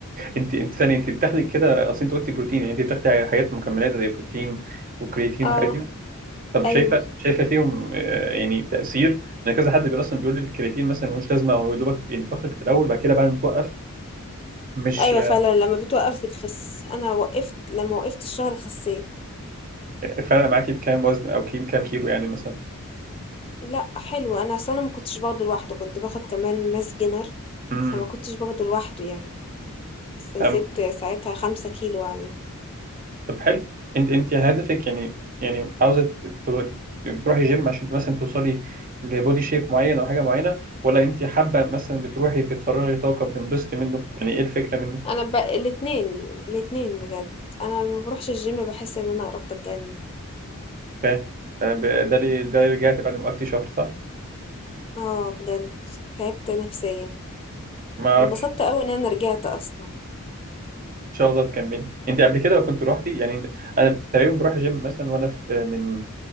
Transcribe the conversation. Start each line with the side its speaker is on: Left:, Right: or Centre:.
Right: انت انت ثانيه انت بتاخدي كده اصل انت قلتي بروتين يعني انت بتاخدي حاجات مكملات زي بروتين وكرياتين والحاجات
Left: اه
Right: دي طب
Left: ايوه
Right: شايفه شايفه فيهم آه، يعني تاثير ان كذا حد بي- اصلا بيقول لي الكرياتين مثلا ملوش لازمه هو يا دوبك بينفخك في الاول بعد كده بعد ما توقف مش
Left: ايوه
Right: آه،
Left: فعلا لما بتوقف بتخس انا وقفت لما وقفت الشهر خسيت
Right: فارقه معاكي بكام وزن او كيم كام كيلو يعني مثلا
Left: لأ حلو، أنا أصل أنا ما كنتش باخده لوحده، كنت باخد كمان ماس جينر،
Right: امم
Left: فما كنتش باخده لوحده يعني، بس
Right: امم
Left: زدت ساعتها 5 كيلو عليهم.
Right: طب حلو انت انت هدفك يعني يعني عاوزه ت- ت- بتروحي جيم عشان مثلا توصلي لبودي شيب معين او حاجه معينه ولا انت حابه مثلا بتروحي بتفرغي طاقه بتنبسطي منه يعني ايه الفكره منه
Left: أنا ب الاتنين، الاتنين بجد، أنا لما باروحش الجيم باحس إن أنا قربت أتجنن.
Right: فاهم فب- ده اللي ده اللي رجعت بعد ما وقفتي شهر صح
Left: اه بجد تعبت نفسيا،
Right: ما اعرفش
Left: انبسطت أوي إن أنا رجعت أصلا.
Right: ان شاء الله تكملي انت قبل كده كنت روحتي يعني انا تقريبا بروح جيم مثلا وانا في من